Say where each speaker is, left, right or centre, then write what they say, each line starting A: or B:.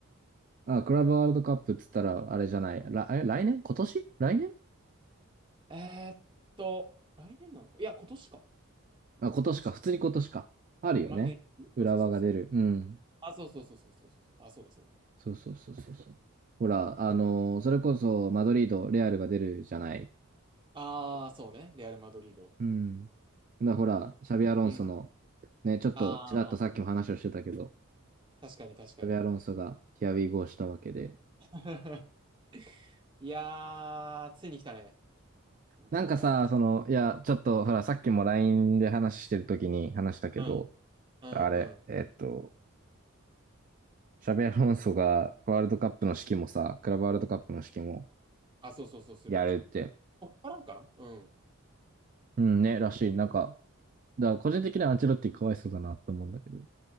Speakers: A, on the right; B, on the right.
A: あ、クラブワールドカップっつったら、あれじゃない。ら、え、来年今年来年
B: えーっと、来年なのかいや、今年か。
A: あ、今年か。
B: 今年、
A: 普通に今年か。あるよね。
B: ま、ね、
A: 浦和が出る。
B: そうそうそうそう。
A: うん。
B: あ、そうそうそうそうそうそう。あ、そうだそうだ。
A: そうそうそうそうそう。ほら、あのーそれこそマドリード、レアルが出るじゃない。
B: ああ、そうね。レアル・マドリード。
A: うん。だほら、
B: い
A: シャビアロンソの、
B: うん。
A: ね、ちょっとちらっとさっきも話をしてたけど、
B: ああ、確かに確かに。
A: シャビアロンソがヒアウィーゴーしたわけで。
B: <laughs> いやー、ついに来たね。も
A: なんかさ、その、いや、ちょっとほら、さっきも LINE で話してる時に話したけど、
B: う、うん、うん、
A: あれ、
B: うん。
A: えっと、シャビアロンソがワールドカップの指揮もさ、クラブワールドカップの指揮も
B: あ、そうそうそう、するんでしょ
A: やるって、
B: こっからかなうん。
A: うんね、らしい。なんか、だから個人的にはアンチェロッティかわいそうだなって思うんだけど。